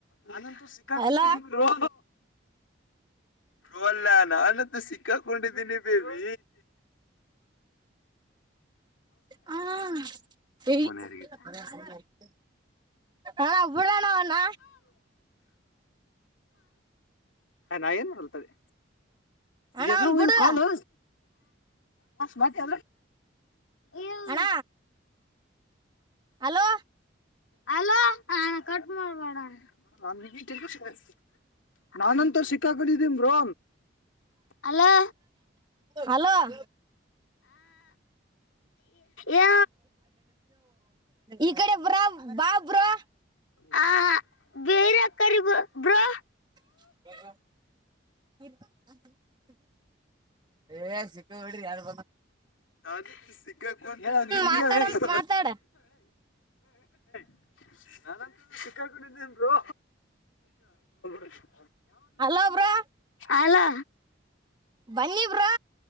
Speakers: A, on the left; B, on the right.
A: ನಾನಂತು ಸಿಕ್ಕಾಕೊಂಡಿದೀನಿ
B: ಅಲ್ಲ
A: ಬ್ರೋ ಹೇಳೋ ನಾನು ಅಂತೂ ಸಿಕ್ಕಕಿ ಕೊಂಡಿದಿನಿ ಬೇಬಿ
B: ಹಾ ಹೇಳ
A: ಫೋನ್ ಯಾರಿಗಿಚ್ಚ
B: <inaudible> ಬಿಡಣ್ಣ ಅವ್ನ
A: ನಾ ಏನ್ ಮಾಡ್ತೇನೆ
B: ಅಣ್ಣ
A: ಎದ್ರಾಗ
B: ಅವನ್
A: ಹೋಗಿದ್ದೆ
B: ಬಿಡು
A: ಕಾಲ್ ಮತ್ತೆ ಎ ಇಲ್ಲ
B: ಅಣ್ಣ ಹಲೋ
A: ಹಲೋ ಹ ಕಟ್ ಮಾಡ್ಬೇಡ ಅಣ್ಣ ನಾನಂತು ಸಿಕ್ಕಿಗಿಕೊಂಡೀನಿ ಬ್ರೋ ಹಲೋ
B: ಹಲೋ <inaudible>
A: ಏ
B: ಈಕಡೆ ಬಾ ಬಾ ಬ್ರೋ
A: ಹ ಬೇರೆ ಕರಿಬೇಕು ಬ್ರೊ
B: <inaudible> ಏ ಸಿಕ್ಕಿಬಿಡ್ರಿ ಯಾರು
A: ನಾ ಸಿಕ್ಕಕಿ
B: ಮಾತಾಡಂತ
A: <inaudible>
B: ಮಾತಾಡ
A: <inaudible> ನಾನಂತು ಸಿಕ್ಕಗಿಕೊಂಡಿದೀನಿ ಬ್ರೋ <inaudible>
B: ಹಲೋ ಬ್ರೋ
A: ಅಲೋ
B: ಬನ್ನಿ ಬ್ರೋ